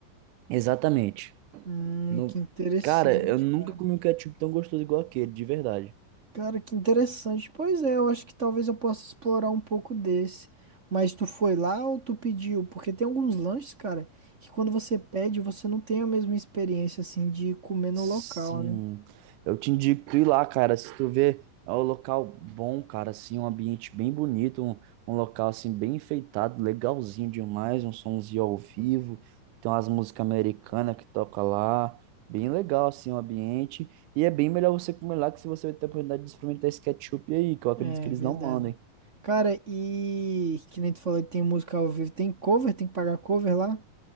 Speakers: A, on the right; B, on the right.
A: Exatamente.
B: Hum,
A: No,
B: que interessante,
A: cara, eu nunca
B: cara.
A: comi um ketchup tão gostoso igual aquele, de verdade.
B: Cara, que interessante. Pois é, eu acho que talvez eu possa explorar um pouco desse. Mas tu foi lá ou tu pediu? Porque tem alguns lanches, cara, que quando você pede, você não tem a mesma experiência, assim, de comer no
A: Sim,
B: local, né?
A: eu te indico ir lá, cara. Se tu vê, é um local bom, cara, assim, um ambiente bem bonito, um, um local assim bem enfeitado, legalzinho demais, um somzinho ao vivo, tem umas músicas americanas que toca lá, bem legal assim o ambiente, e é bem melhor você comer lá que se você vai ter a oportunidade de experimentar esse ketchup aí, que eu acredito
B: É
A: que eles
B: verdade.
A: não mandem.
B: Cara, e que nem tu falou que tem música ao vivo, tem cover, tem que pagar cover lá?